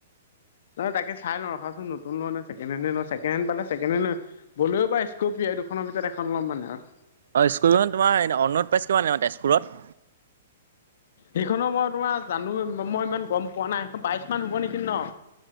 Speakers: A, on the left; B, on the right.
A: ন' তাক চাই লওঁ ৰখাচোন নতুন লও নে চেকেণ্ড হেণ্ড লও, চেকেণ্ড হেণ্ড পালে চেকেণ্ড হেণ্ড বলেও বা স্কোপ পিয়েৰ এই দুখনৰ ভিতৰত এখন ল'ম মানে আৰু।
B: অ স্কৰিখন তোমাৰ অনণোধ <unintelligible> প্ৰাইজ কিমানাৰ তেজপুৰত
A: সেইখনো মই তোমাৰ জানো মই ইমান গম পোৱা নাই? সেইখন বাইশ মান হ'ব নেকি ন?